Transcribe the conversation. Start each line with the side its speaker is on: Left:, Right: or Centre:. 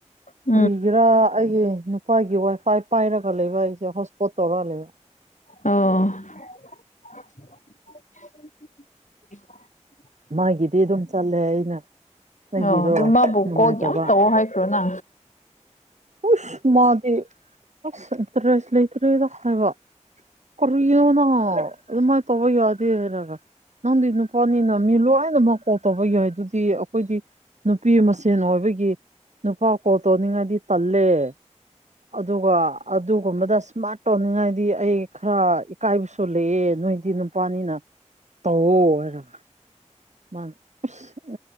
Left: ꯎ <unintelligible>
Right: ꯔꯤꯒꯤꯔꯥ ꯑꯩꯒꯤ ꯅꯨꯄꯥꯒꯤ ꯋꯥꯏꯐꯥꯏ ꯄꯥꯏꯔꯒ ꯂꯩꯕ ꯑꯩꯁꯦ ꯍꯣꯠꯁꯄꯣꯠ ꯇꯧꯔ ꯂꯩꯕ
Left: ꯑꯣ
Right: ꯃꯥꯒꯤꯗꯤ ꯑꯗꯨꯝ ꯆꯠꯂꯦ ꯑꯩꯅ ꯑꯩꯒꯤꯗꯣ
Left: ꯑꯣ ꯑꯗꯨ ꯃꯥꯕꯨ
Right: ꯅꯨꯡꯉꯥꯏꯇꯕ
Left: ꯀꯣꯛ ꯌꯥꯝ ꯇꯧꯑꯣ ꯍꯥꯏꯈ꯭ꯔꯣ ꯅ
Right: ꯄꯨꯁ ꯃꯥꯗꯤꯁ ꯏꯟꯇꯔꯁ ꯂꯩꯇꯔꯦꯗ ꯍꯥꯏꯕ ꯀꯔꯗ ꯑꯗꯨ ꯃꯥ ꯇꯕꯌꯥꯗꯦ ꯔꯒ ꯅꯪꯗꯤ ꯅꯨꯄꯅꯤꯅ ꯃꯤ ꯂꯦꯏꯅꯃꯛ ꯀꯣꯛ ꯇꯧꯕ ꯌꯥꯏ ꯑꯗꯨꯗꯤ ꯑꯩꯈꯣꯏꯗꯤ ꯅꯨꯄꯤ ꯃꯁꯦꯟ ꯑꯣꯏꯕꯒꯤ ꯅꯨꯄꯥꯥꯎ ꯀꯣꯠꯇꯣ ꯅꯤꯡꯉꯥꯏꯗꯤ ꯇꯜꯂꯦ ꯑꯗꯨꯒ ꯑꯗꯨꯒꯨꯝꯕꯗ ꯁꯃꯥꯔꯠ ꯇꯧꯅꯤꯡꯉꯥꯏ ꯑꯩ ꯈꯔ ꯏꯀꯥꯏꯕꯁꯨ ꯂꯩꯑꯦ ꯅꯣꯏꯗꯤ ꯅꯨꯄꯥꯅꯤꯅ ꯇꯧ ꯋꯣ <unintelligible>